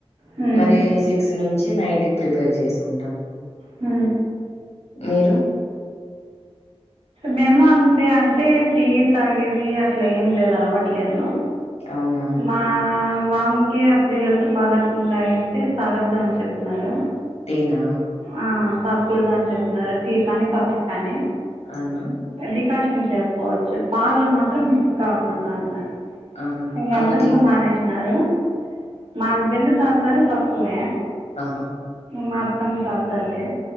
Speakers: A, on the right; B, on the left.
A: హ్మ్.
B: మరి సిక్స్ నుంచి నైట్ కి ప్రిపేర్ చేసుకుంటాం
A: ఉ
B: మీరు
A: మేము అంతే అంటే టీ తాగేది అట్ల ఏం లేదు అలవాట్లేదు
B: అవునా
A: మా మాముకి అప్పుడు హెల్త్ పా ఉండాయి అంటే తాగద్దు అని చెప్పినారు
B: టీనా
A: ఆ తాకూడద అని చెప్పినారు టీ కానీ కాఫీ కానీ
B: అనా
A: డికాషన్ చేసుకోవచ్చు పాలు మాత్రం మిక్స్ కాకూడదు అన్నారు
B: ఆహా
A: ఇంగ
B: ఆ
A: అందుకు
B: డి
A: మానేష్ అన్నారు మా హస్బెండ్ తాతరు తక్కువే
B: అహ
A: మా అత్తం తాతది